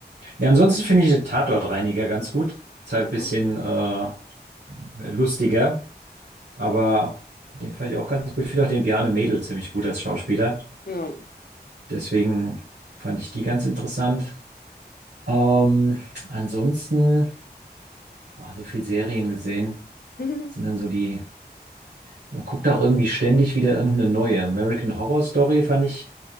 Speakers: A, on the right; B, on the left.
A: ja, ansonsten finde ich den Tatortreiniger ganz gut. Ist halt
B: Aha.
A: ein bisschen äh, lustiger, aber den fand ich auch ganz gut. Ich finde auch den Bjarne Mädel ziemlich gut als Schauspieler.
B: Ja.
A: Deswegen fand ich die ganz interessant. Ähm, ansonsten, ah, so viel Serien gesehen,
B: <laughs>
A: sind dann so die, man guckt auch irgendwie ständig wieder irgendeine neue. American Horror Story fand ich